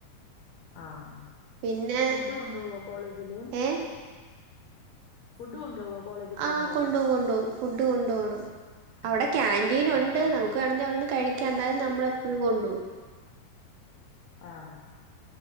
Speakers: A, on the left (about 75°); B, on the right (about 75°).
A: ആഹ്
B: പിന്നെ
A: ഫുഡ് കൊണ്ടോവോ കോളേജില്
B: ഏഹ്
A: ഫുഡ് കൊണ്ടോവോ കോളേജി പോവുമ്പോ
B: ആഹ് കൊണ്ടോം കൊണ്ടോവും ഫുഡ് കൊണ്ടു പോണം അവിടെ
A: ആഹ്
B: കാന്റീനൊണ്ട്
A: ആഹ് ആഹ്
B: നമുക്ക് വേണങ്കി അവിടിരുന്ന് കഴിക്കാം എന്നാലും നമ്മള് എപ്പോഴും കൊണ്ടോവും
A: ആഹ്